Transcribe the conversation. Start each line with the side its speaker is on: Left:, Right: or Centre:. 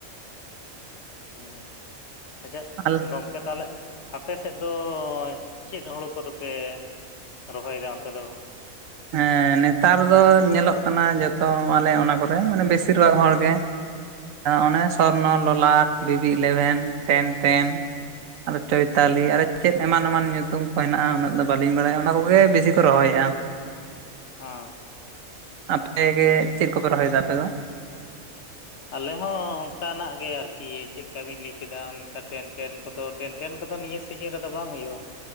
Left: ᱦᱩᱸ ᱟᱪᱪᱷᱟ
Right: ᱟᱞᱮ
Left: ᱜᱚᱝᱠᱮ ᱛᱟᱦᱚᱞᱮ ᱟᱯᱮ ᱥᱮᱫ ᱫᱚ ᱪᱮᱫ ᱦᱩᱲᱩ ᱠᱚ ᱫᱚ ᱯᱮ ᱨᱚᱦᱚᱭ ᱮᱫᱟ ᱚᱱᱛᱮ ᱫᱚ
Right: ᱦᱮᱸ ᱱᱮᱛᱟᱨ ᱫᱚ ᱧᱮᱞᱚᱜ ᱠᱟᱱᱟ ᱡᱷᱚᱛᱚ ᱟᱞᱮ ᱚᱱᱟ ᱠᱚ ᱨᱮ ᱢᱟᱱᱮ ᱵᱮᱥᱤ ᱨᱩᱣᱟᱹᱜ ᱦᱚᱲ ᱜᱮ ᱚᱱᱮ ᱥᱚᱨᱱᱚ, ᱞᱚᱞᱟᱴ, ᱵᱤᱵᱤ, ᱤᱞᱮᱵᱷᱮᱱ, ᱦᱮᱱ ᱛᱷᱮᱱ ᱟᱨᱦᱚᱸ ᱪᱚᱭᱛᱟᱞᱤ ᱟᱨᱦᱚᱸ ᱪᱮᱫ ᱮᱢᱟᱱ ᱮᱢᱟᱱ ᱧᱩᱛᱩᱢ ᱠᱚ ᱦᱮᱱᱟᱜᱼᱟ ᱩᱱᱟᱹᱜ ᱫᱚ ᱵᱟᱹᱞᱤᱧ ᱵᱟᱲᱟᱭᱟ ᱚᱱᱟ ᱠᱚ ᱜᱮ ᱵᱮᱥᱤ ᱠᱚ ᱨᱚᱦᱚᱭᱮᱜᱼᱟ᱾
Left: ᱚ
Right: ᱟᱯᱮ ᱜᱮ ᱪᱮᱫ ᱠᱚ ᱯᱮ ᱨᱚᱦᱚᱭ ᱮᱫᱟ ᱟᱯᱮ ᱫᱚ
Left: ᱟᱞᱮ ᱦᱚᱸ ᱚᱱᱠᱟ ᱱᱟᱜ ᱜᱮ ᱟᱨᱠᱤ ᱪᱮᱫ ᱞᱮᱠᱟ ᱵᱤᱱ ᱞᱟᱹᱭ ᱠᱮᱫᱟ ᱚᱱᱠᱟ ᱴᱮᱱ ᱴᱮᱱ ᱠᱚ ᱫᱚ ᱴᱮᱱ ᱴᱮᱱ ᱠᱚ ᱫᱚ ᱱᱤᱭᱟᱹ ᱥᱤᱡᱮᱱ ᱨᱮ ᱫᱚ ᱵᱟᱝ ᱦᱩᱭᱩᱜᱼᱟ